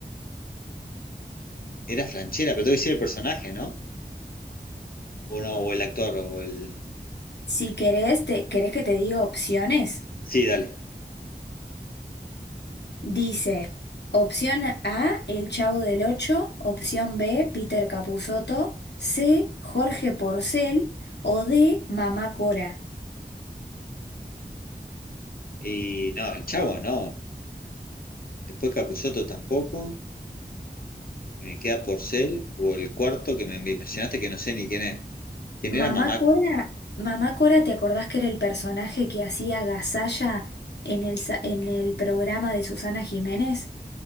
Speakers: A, on the left; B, on the left.
A: Era Franchera, pero tengo que decir el personaje, ¿no? O no, o el actor, o el.
B: Si querés, te, ¿querés que te diga opciones?
A: Sí, dale.
B: Dice, opción A, El Chavo del Ocho, opción B, Peter Capusotto, C, Jorge Porcel o D, Mamá Cora.
A: Y no, el chavo, no. Después Capusotto tampoco. Y me queda Porcel, o el cuarto que me me mencionaste que no sé ni quién es. ¿Quién
B: Mamá
A: era mamá?
B: Cora, Mamá Cora, ¿te acordás que era el personaje que hacía Gazalla en el, sa- en el programa de Susana Jiménez?